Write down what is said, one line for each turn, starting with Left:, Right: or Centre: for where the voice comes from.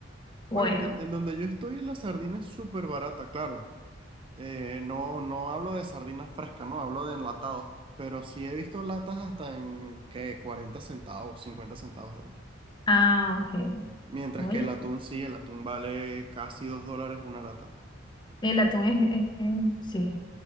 Left: bueno.
Right: Bueno, en, don- en donde yo estoy la sardina es súper barata, claro. Eh, no, no hablo de sardinas frescas, no, hablo de enlatados. Pero sí he visto latas hasta en que 40 centavos, 50 centavos de dólar.
Left: Ah, ok.
Right: Mientras
Left: Oye,
Right: que el atún sí, el atún vale casi 2 dólares una lata.
Left: el atún es, es- es- sí.